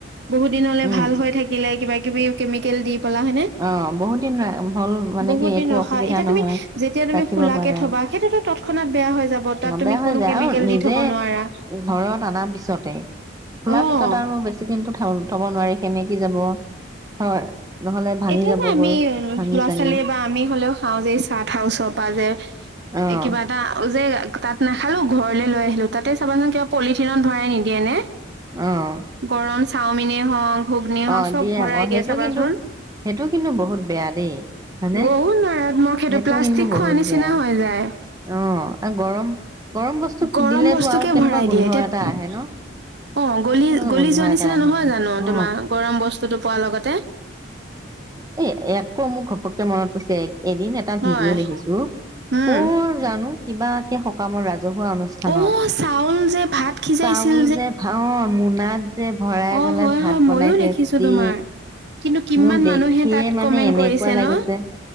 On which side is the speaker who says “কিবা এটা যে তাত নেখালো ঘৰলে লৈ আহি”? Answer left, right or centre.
Right